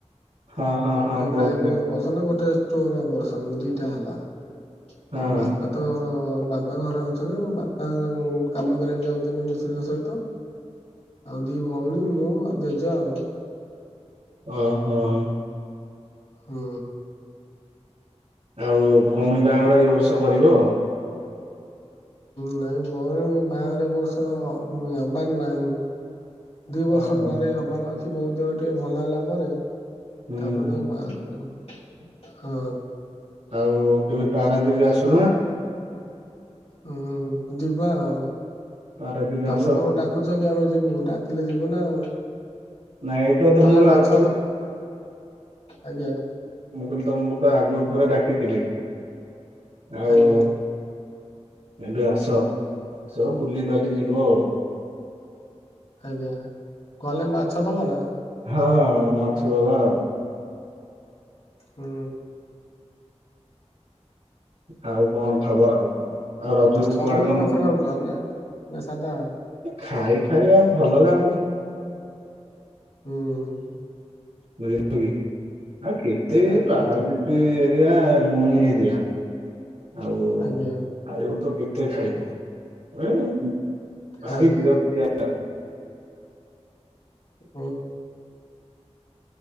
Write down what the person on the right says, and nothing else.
ହଁ ହଁ
ହଁ କହୁଥିଲେ
ହଁ
ହଁ - ହଁ।
ଆଉ ଭଉଣୀ ବାହାଘର ଏ ବର୍ଷ କରିବ?
ଓହୋ
ହୁଁ
ଆଉ କେବେ ପାରାଦ୍ୱୀପ ଆସୁନା?
ପାରାଦୀପ ଆସ।
ଏଇଟା ତ ତମକୁ
ଆଗରୁ
ମୁଁ କହିଲି ତମକୁ ତ ଆଗରୁ ଥରେ ଡାକିଥିଲି, ଆଉ
ଏବେ ଆସ, ଆସ ବୁଲିିବାଲି ଯିବ ଆଉ।
ହଁ ମାଛ ଦବା ଆଉ।
ଆଉ କଣ ଖବର, ଆଉ କଣ? ଆଉ ରଜକୁ
କୁଆଡେ କଣ?
ଖାଇ ଖାଇ ଆଉ ଭଲ ଲାଗୁନି।
ବୁଝିଲେ କି ଆଉ କେତେ,
ଏ ପାରାଦ୍ୱୀପ ଏରିଆ ଲୁଣି ଏରିଆ। ଆଉ
ଖାଇବ ତ କେତେ ଖାଇବ। <unintelligible> ଭାରି
ବିରକ୍ତିଆ